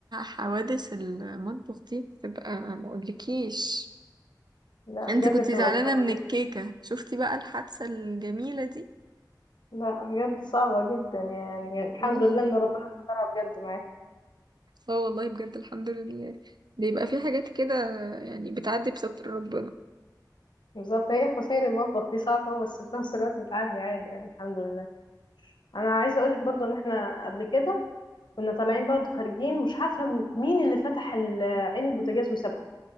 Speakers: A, on the right (about 65°); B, on the left (about 80°).
A: حوادث المطبخ دي بتبقى ما اقولكيش
B: لا
A: انت
B: بجد
A: كنت
B: بتبقى
A: زعلانة
B: صعبة
A: من الكيكة
B: جدا
A: شفتي بقى الحادثة الجميلة دي
B: لا بجد صعبة جدا يعني الحمد
A: <laughs> مم.
B: لله ان ربنا سترها بجد معاك
A: اه والله بجد الحمد لله بيبقى في حاجات كده يعني بتعدي بستر ربنا
B: بالظبط هي خسائر المطبخ دي صعبة بس في نفس الوقت بتعدي عادي يعني الحمد لله انا عايزة اقولك برضو ان احنا قبل كده كنا طالعين برضو خارجين مش عارفة مين اللي فتح ال- عين البوتاجاز وسابها